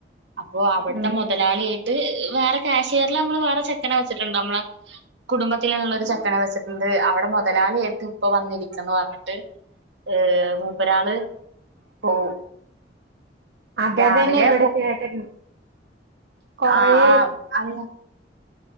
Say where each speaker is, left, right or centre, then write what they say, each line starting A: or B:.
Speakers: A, on the right (about 80°); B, on the right (about 65°).
A: അപ്പൊ അവിടുത്തെ
B: ഉം
A: മുതലാളിയായിട്ട് വേറെ കാശ്കാരിൽ നമ്മള് വേറെ ചെക്കനെ വച്ചിട്ടുണ്ട് നമ്മുടെ കുടുംബത്തിലൽന്നുള്ള ഒരു ചെക്കന വെച്ചിട്ട് അവിടെ മുതലാളിയായിട്ട് ഇപ്പ വന്നിരിക്കന്ന് പറഞ്ഞിട്ട്- ഏഹ് മൂപ്പരാള് പോവും.
B: അതെതന്നെ
A: രാവിലെ
B: ഇവിടെ ചേട്ടനും കൊറേ
A: ആഹ് ആഹ് അല്ല